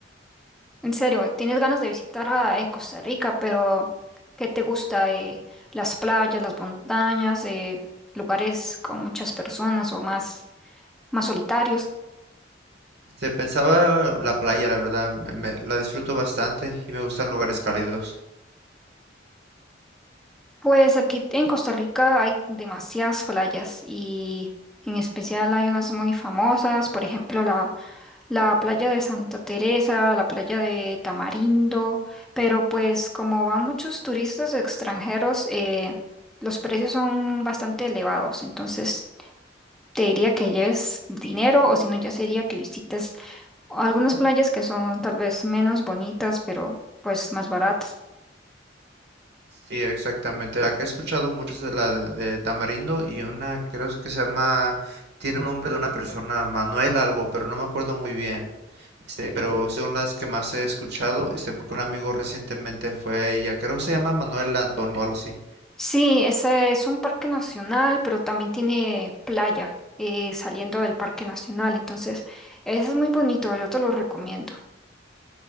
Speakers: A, in the centre; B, on the right (about 60°).
A: En serio, tienes ganas de visitar a eh, Costa Rica, pero ¿qué te gusta? eh, las playas, las montañas, eh, lugares con muchas personas o más, más solitarios.
B: Este, pensaba la playa, la verdad, me- me- la disfruto bastante y me gustan lugares cálidos.
A: Pues aquí en Costa Rica hay demasiadas playas y en especial hay unas muy famosas, por ejemplo la la playa de Santa Teresa, la playa de Tamarindo, pero pues como van muchos turistas extranjeros, eh, los precios son bastante elevados, entonces te diría que lleves dinero o si no ya sería que visites algunas playas que son tal vez menos bonitas, pero pues más baratas.
B: Sí, exactamente. La que he escuchado mucho es de la de, de Tamarindo y una creo que se llama, tiene un nombre de una persona, Manuel algo, pero no me acuerdo muy bien. Este, pero son las que más he escuchado, este, porque un amigo recientemente fue a ella, creo que se llama Manuel Antonio o algo así.
A: Sí, ese es un parque nacional, pero también tiene playa eh, saliendo del parque nacional, entonces ese es muy bonito, yo te lo recomiendo.